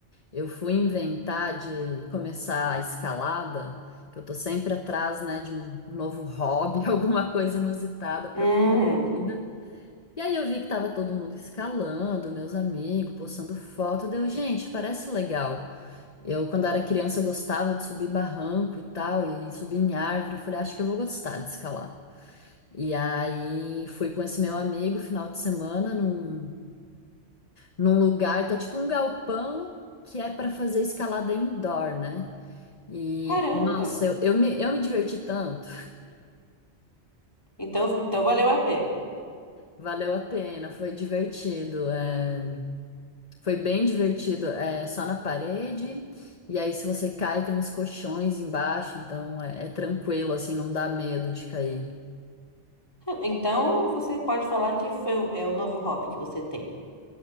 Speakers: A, on the left; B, on the left.
A: Eu fui inventar de começar a escalada, que eu tô sempre atrás, né, de um novo hobby, <laughs> alguma coisa inusitada pra
B: Hum,
A: fazer da vida. E aí eu vi que tava todo mundo escalando, meus amigos, postando foto, deu, gente, parece legal. Eu, quando era criança, eu gostava de subir barranco e tal, e subir em árvore. Eu falei, acho que eu vou gostar de escalar. E aí fui com esse meu amigo final de semana num, num lugar que é tipo um galpão que é para fazer escalada indoor, né? E
B: caramba.
A: nossa, eu, eu me, eu me diverti tanto,
B: Então, então valeu a pena.
A: valeu a pena, foi divertido, é, foi bem divertido, é só na parede. E aí, se você cai, tem uns colchões embaixo, então é é tranquilo, assim, não dá medo de cair.
B: Então você pode falar que foi, o- é um novo hobby que você tem.